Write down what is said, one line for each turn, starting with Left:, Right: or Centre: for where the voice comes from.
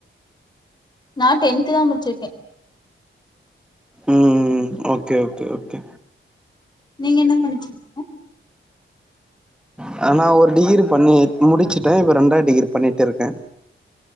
Left: நா டென்து தா முடிச்சிருக்கே
Centre: ம் ம் ஓகே ஓகே ஓகே
Left: நீங்க என்ன படிச்சீங்க
Centre: நானா ஒரு டிகிரி பண்ணி முடிச்சுட்டே இப்ப ரெண்டாது டிகிரி பண்ணிட்டு இருக்கே